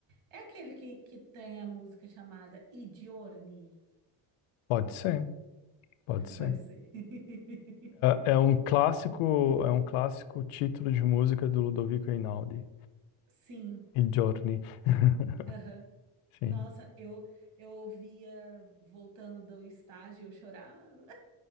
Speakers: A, on the right; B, on the left.
A: é aquele que, que tem a música chamada I Giorni,
B: Pode ser, pode
A: <laughs>
B: ser.
A: pode ser. <laughs>
B: É, é um clássico, é um clássico título de música do Ludovico Einaudi.
A: Sim,
B: E Giorni. <laughs>
A: aham.
B: Sim.
A: Nossa, eu, eu ouvia voltando do estágio, eu chorava